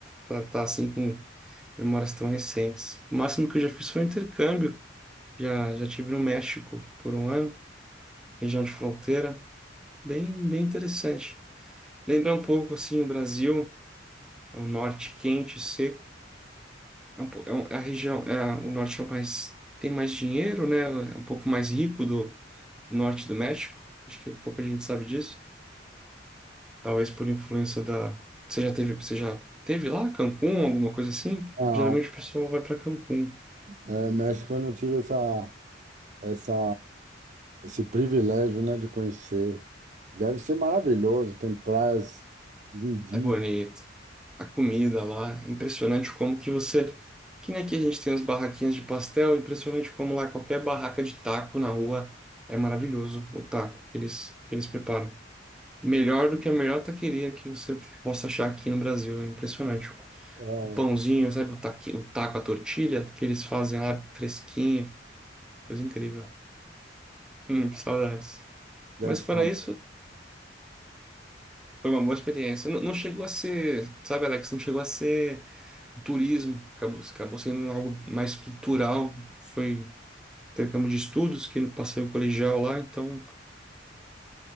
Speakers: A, in the centre; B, on the right (about 40°).
A: para estar assim com memórias tão recentes. O máximo que eu já fiz foi um intercâmbio. Já já tive no México por um ano, região de fronteira, bem bem interessante. Lembra um pouco assim o Brasil, é o norte quente, seco. É um, po- é um- é a região, é a- o norte é o mais tem mais dinheiro, né? É um pouco mais rico do, do norte do México. Acho que pouca gente sabe disso. Talvez por influência da. Você já teve, você já teve lá Cancún, alguma coisa assim?
B: Não,
A: Geralmente o pessoal vai para Cancún.
B: é, México eu não tive essa. essa, esse privilégio, né, de conhecer. Deve ser maravilhoso, tem praias lindíssimas,
A: É bonito. A comida lá, é impressionante como que você. Que nem aqui a gente tem as barraquinhas de pastel, é impressionante como lá qualquer barraca de taco na rua é maravilhoso o taco que eles, que eles preparam. Melhor do que a melhor taqueria que você possa achar aqui no Brasil. É impressionante.
B: é,
A: O pãozinho, sabe, o taqui- o taco, a tortilha que eles fazem lá fresquinho, coisa incrível. Hum, que saudades.
B: deve
A: Mas
B: ser
A: fora
B: uma...
A: isso, foi uma boa experiência. Não, não chegou a ser, sabe, Alex, não chegou a ser um turismo, acabou, acabou sendo algo mais cultural. Foi, teve campo de estudos que eu passei o colegial lá, então